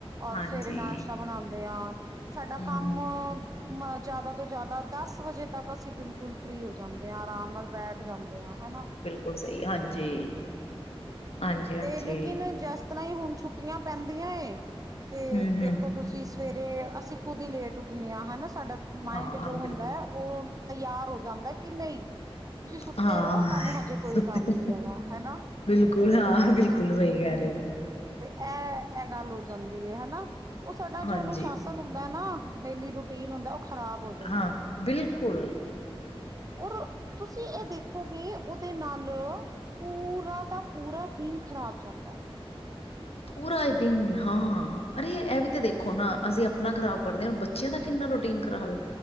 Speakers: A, on the right; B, on the left.
A: ਔਰ
B: ਹਾਂਜੀ
A: ਸਵੇਰੇ ਨਾਸ਼ਤਾ ਬਣਾਉਂਦੇ ਆ। ਸਾਡਾ
B: ਹਮ
A: ਕੰਮ
B: ਹਮ
A: ਜ਼ਿਆਦਾ ਤੋਂ ਜ਼ਿਆਦਾ ਦਸ ਵਜੇ ਤੱਕ ਅਸੀਂ ਬਿਲਕੁਲ ਫ੍ਰੀ ਹੋ। ਜਾਂਦੇ ਆ ਆਰਾਮ ਨਾਲ ਬੈਠ ਜਾਂਦੇ ਆ ਹਨਾ।
B: ਹੋਰ ਸਹੀ ਹਾਂਜੀ। ਹਾਂਜੀ ਹਾਂਜੀ
A: ਤੇ ਲੇਕਿਨ ਜਿਸ ਤਰ੍ਹਾਂ ਹੀ ਹੁਣ ਛੁੱਟੀਆਂ ਪੈਂਦੀਆਂ ਏ ਤੇ
B: ਹਮ
A: ਦੇਖੋ
B: ਹਮ
A: ਤੁਸੀਂ ਤੁਸੀਂ ਸਵੇਰੇ ਅਸੀਂ ਖੁਦ ਹੀ ਲੇਟ ਉੱਠਣੇ ਆਂ ਹਨਾ ਸਾਡਾ ਮਾਇੰਡ
B: ਹਾਂ
A: ਜੋ ਹੁੰਦਾ
B: ਬਿਲਕੁਲ
A: ਹੈ ਉਹ ਤਿਆਰ ਹੋ ਜਾਂਦਾ ਕਿ ਨਹੀਂ ਤੁਸੀਂ ਸੁੱਤੇ
B: ਹਾਂ
A: ਰਹੋ ਤੁਹਾਨੂੰ ਹਜੇ ਕੋਈ
B: ਸੁੱਤੇ
A: ਕੰਮ ਨਹੀਂ ਹੈਗਾ ਹਨਾ।
B: ਬਿਲਕੁਲ, ਹਾਂ
A: ਕਿਉਂਕਿ
B: ਬਿਲਕੁਲ ਸਹੀ ਕਹਿ ਰਹੇ ਹੋ।
A: ਤੇ ਇਹ ਇਹ ਗੱਲ ਹੋ ਜਾਂਦੀ ਐ ਹਨਾ ਉਹ ਸਾਡਾ ਜੋ
B: ਹਾਂਜੀ
A: ਅਨੁਸ਼ਾਸਨ ਹੁੰਦਾ ਨਾ ਡੇਲੀ ਰੂਟੀਨ ਹੁੰਦਾ ਉਹ ਖਰਾਬ ਹੋ ਜਾਂਦਾ
B: ਹਾਂ ਬਿਲਕੁਲ।
A: ਔਰ ਤੁਸੀਂ ਇਹ ਦੇਖੋਗੇ ਉਹਦੇ ਨਾਲ ਪੂਰਾ ਤਾਂ ਪੂਰਾ ਦਿਨ ਖ਼ਰਾਬ ਜਾਂਦਾ।
B: ਪੂਰਾ ਦਿਨ ਹਾਂ ਅਰੇ ਇਹ ਵੀ ਤਾਂ ਦੇਖੋ ਨਾ ਅਸੀਂ ਆਪਣਾ ਖ਼ਰਾਬ ਕਰਦੇ ਹਾਂ ਬਚ ਬੱਚਿਆਂ ਦਾ ਕਿੰਨਾ ਰੋਟੀਨ ਖਰਾਬ ਵੇ